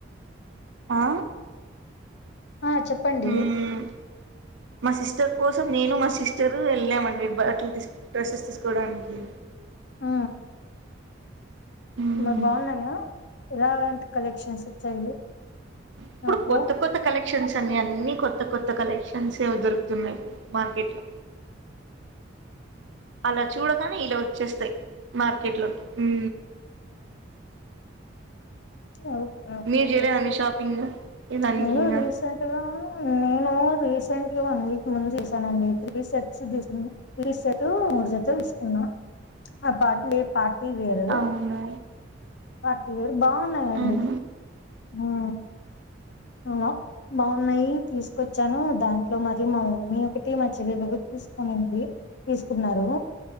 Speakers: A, on the right; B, on the left.
A: ఆ
B: ఆ చెప్పండి
A: మ్మ్ మా సిస్టర్ కోసం నేను మా సిస్టర్ వెల్లామండి బట్లు తీస్ డ్రెస్సెస్ తీసుకోవడానికి
B: ఆ
A: మ్మ్
B: మరి బాగున్నాయా ఎలాంటి కలెక్షన్స్ వచ్చాయి
A: ఇప్పుడు
B: షాప్
A: కొత్త
B: లో
A: కొత్త కల క్షన్స్ అన్ని అన్ని కొత్త కొత్త కలెక్షన్స్ ఏ దొరుకుతున్నాయి ఇప్పుడు మార్కెట్లో అలా చూడగానే ఇలా వచ్చేస్తాయి మార్కెట్లోకి ఊ
B: ఆ ఓకేే
A: మీరు చేయలేదండి షాపింగ్ ఇదానికి
B: నేను
A: ఇంగా
B: రీసెంట్గా నేను రీస్ రీసెంట్గా వన్ వీక్ ముందు చేసాను అండి త్రీ సెట్స్ తీ తట్ మూడు జతలు తీసుకున్నా అ పార్టీ పార్టీ వేరు
A: అవునా
B: వాటీ వేరు బాగున్నాయండి
A: మ్మ్
B: ఉ అవునా బాగున్నాయి తీసుకొచ్చాను దాంట్లో మరి మా మీ ఒకటి మా చెల్లెలు తీసుకునిండి తీసుకున్నారు